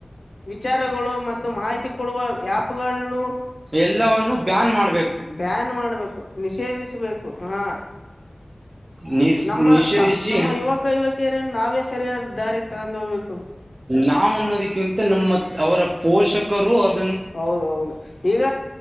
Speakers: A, on the left; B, on the right.
A: ವಿಚಾರಗಳು ಮತ್ತು ಮಾಹಿತಿ ಕೊಡುವ ಆ್ಯಪ್ ಗಳನು
B: ಎಲ್ಲವನ್ನು ಬ್ಯಾನ್ ಮಾಡ್
A: ಬ್ಯಾನ್ ಮಾಡ್ಬೇಕು ನಿಷೇಧಿಸ್ಬೇಕು ಹಾ
B: ನಿ
A: ನಮ್ಮ
B: ನಿಷೇಧಿಸಿ
A: ಸಾ ನಮ್ಮ ಯುವಕ ಯುವತಿಯರನ್ನು ನಾವೇ ಸರಿಯಾದ ದಾರಿಗೆ ತಗೊಂಡು ಹೋಗ್ಬ
B: ನಾವು ಅನ್ನೋದಕ್ಕಿಂತ ನಮ್ಮ ಅವರ ಪೋಷಕರು ಅದ
A: ಹೌದೌದು ಈಗ